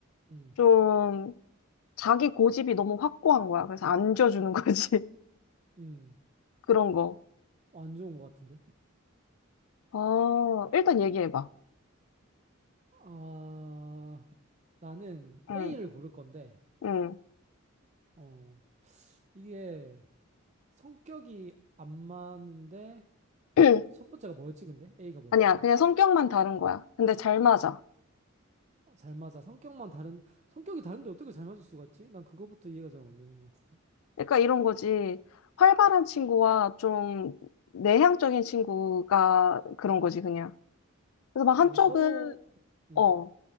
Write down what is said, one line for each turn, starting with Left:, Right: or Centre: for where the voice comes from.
Right: 음,
Left: 좀 자기 고집이 너무 확고한 거야. 그래서 안 줘주는 거지. <laughs>
Right: 음.
Left: 그런 거.
Right: 안 좋은 것 같은데.
Left: 어, 일단 얘기해봐.
Right: 아, 나는
Left: 응,
Right: A를 고를 건데,
Left: 응.
Right: 어, 이게 성격이 안 맞는데,
Left: <clears throat>
Right: 첫 번째가 뭐였지, 근데? A가 뭐였지?
Left: 아니야, 그냥 성격만 다른 거야. 근데 잘 맞아.
Right: 아, 잘 맞아. 성격만 다른, 성격이 다른데 어떻게 잘 맞을 수가 있지? 난 그거부터 이해가 잘 안 되는 것 같은데.
Left: 그러니까 이런 거지. 활발한 친구와 좀 내향적인 친구가 그런 거지, 그냥. 그래서 막 어, 한쪽은,
Right: 아, 서로, 음,
Left: 어,